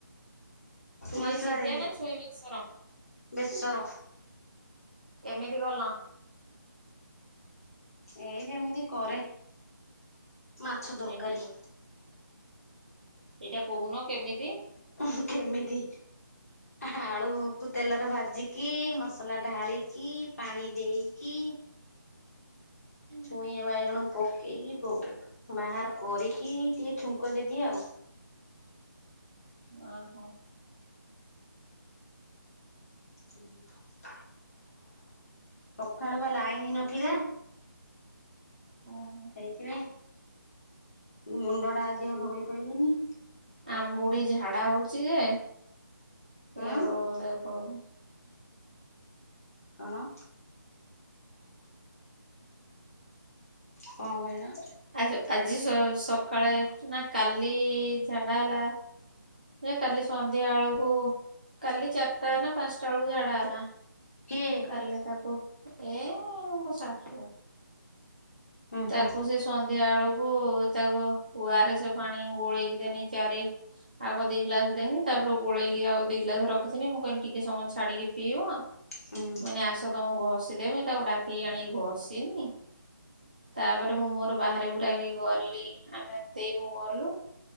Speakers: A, on the right; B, on the left.
A: ଛୁଇଁ
B: ମସଲା
A: ସିଝା
B: ଦେଇକି
A: ନା ଛୁଇଁ ବେସର
B: ବେଶର।
A: କେମିତି କଲ?
B: ଏଇ ଯେମିତି କରେ ମାଛ ତରକାରୀ।
A: କେମିତି ସେଇଟା କହୁନ କେମିତି?
B: ଉହୁଁ କେମିତି ଆଳୁକୁ ତେଲରେ ଭାଜିକି ମସଲା ଢାଳିକି ପାଣି ଦେଇକି
A: ହୁଁ।
B: ଛୁଇଁ ବାଇଗଣକୁ ପକେଇକି ବଉ ବାହାର କରିକି ଟିକେ ଛୁଙ୍କ ଦେଦିଏ ଆଉ।
A: ଓହୋ।
B: ସେ <inaudible> ସଖାଳୁ ବା ଲାଇନ୍ ନଥିଲା।
A: ଓହୋ।
B: ହେଇଥିପାଇଁ ମୁଁ ମୁଣ୍ଡଟା ଆଜି ଆଉ ଧୋଇ ପାଇଲିନି।
A: ଆମବୁଢ଼ୀ ଝାଡା ହଉଚି ଯେ ଏ
B: ହୁଁ
A: ରୋଲ ଦେଖଉଛି।
B: କଣ? କଣ କହିଲ?
A: ଆ ଆଜି ସକାଳେ ନା କାଲି ଝାଡା ହେଲା ଜେ କାଲି ସନ୍ଧ୍ୟା ଏଳକୁ କାଲି ଚାରଟା ନା ପାଞ୍ଚଟାଆଳୁକୁ ଝାଡା ହେଲା।
B: କିଏ?
A: ତାଲେ ତାକୁ ଏ ମୋ ଶାଶୁ।
B: ଉୁଁ
A: ତାକୁ
B: ହୁଁ
A: ସେ ସନ୍ଧ୍ୟା ଏଳକୁ ତାକୁ ଓଆରଏସ ପାଣି ଗୋଳେଇକି ଦେନି ଚାରି ଆଗ ଦି ଗ୍ଲାସ ଦେନି ତାପରେ ଗୋଳେଇକି ଆଉ ଦି ଗ୍ଲାସ ରଖିଥିନି ମୁଁ କହିଲି ଟିକେ ସମୟ ଛାଡିକି ପିଇବ
B: ହୁଁ
A: ମାନେ ଆସ ତମକୁ ଘଷିଦମି ତାକୁ ଡାକିକି ଆଣିକି ଘଷିନି ତାପରେ ମୁଁ ମୋର ବାହାରେ ପୁରା କି ଗଲି ଆମେ ଦେଇ ମୁୁ ଗଲୁ